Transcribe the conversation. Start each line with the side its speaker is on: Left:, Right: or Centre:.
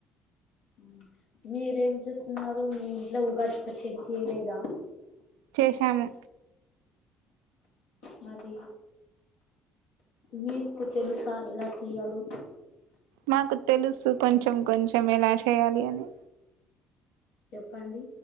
Left: ఉహ్మ్ మీరేం చేస్తున్నారు మీ ఇంట్లో ఉగాది పచ్చడి చేయలేదా
Right: చేశాము
Left: మాది మీకు తెలుసా ఎలా చెయ్యాలి
Right: నాకు తెలుసు కొంచెం కొంచెం ఎలా చేయాలి అని
Left: చెప్పండి